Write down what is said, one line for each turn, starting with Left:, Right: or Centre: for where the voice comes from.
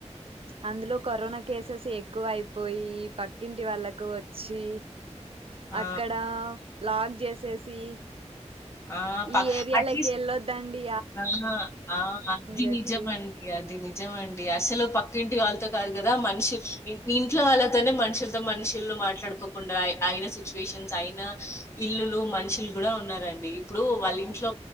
Right: అందులో కరోనా కేసెస్ ఎక్కువ అయిపోయి పక్కింటి వాళ్ళకు వచ్చి
Left: ఆ
Right: అక్కడ లాక్ చేసేసి
Left: ఆ ప
Right: ఈ ఏరియా
Left: అట్లీస్ట్
Right: లోకి ఎళ్ళొద్దండి
Left: ఆ ఆ అది
Right: చెప్పి
Left: నిజం అండి అది నిజ నిజం అండి అసలు పక్కింటి వాళ్ళతో కాదు కదా మనుషు ఇంట్లో వాళ్ళతోనే మనుషులతో మనిషి ఇల్లు మాట్లాడుకోకుండా అయిన సిచ్యువేషన్స్ అయిన ఇల్లులు మనుషులు కూడా ఉన్నారండి ఇప్పుడు వాళ్ళ ఇంట్లో